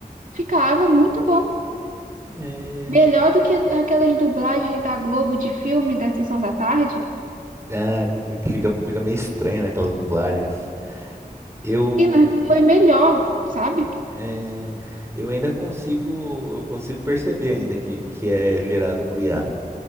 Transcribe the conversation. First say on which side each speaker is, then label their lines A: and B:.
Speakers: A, on the right; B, on the right.
A: Ficava muito bom.
B: É...
A: Melhor do que aquelas dublagens da Globo de filme da Sessão da Tarde.
B: Ah, que- que fica, fica meio estranho, né, aquelas dublagens. Eu,
A: E mas foi melhor, sabe?
B: é, eu ainda consigo, eu consigo perceber ainda que, que é gerado por IA,